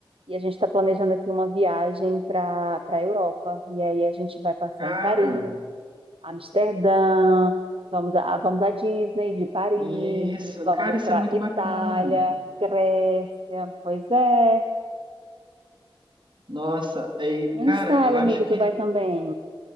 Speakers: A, on the right (about 75°); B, on the right (about 60°).
A: E a gente está planejando aqui uma viagem para para a Europa. E aí a gente vai passar
B: cara,
A: em Paris, Amsterdã, vamos a, vamos à Disney de Paris,
B: isso,
A: vamos
B: cara, isso
A: para
B: é muito
A: Itália,
B: bacana.
A: Grécia. Pois é,
B: Nossa, ei,
A: quem
B: cara,
A: sabe,
B: eu acho
A: amigo,
B: que,
A: tu vai também.